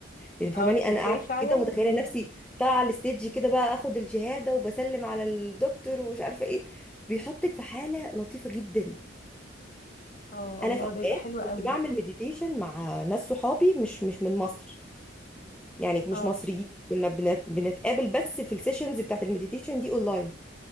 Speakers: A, in the centre; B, on the left.
A: يعني فاهماني
B: اه تصدقي
A: انا قاعده
B: فعلا
A: كده متخيله
B: مم.
A: نفسي طالعه على الستيج كده بقى اخد الشهاده وبسلم على الدكتور ومش عارفه ايه بيحطك في حاله لطيفه جدا
B: اه
A: انا
B: الله
A: في اوقات
B: ده يبقى حلو قوي
A: كنت بعمل مديتيشن مع ناس صحابي مش مش من مصر يعني مش
B: اه
A: مصريين كنا بنت... بنتقابل بس في السيشنز بتاعت المديتيشن دي اونلاين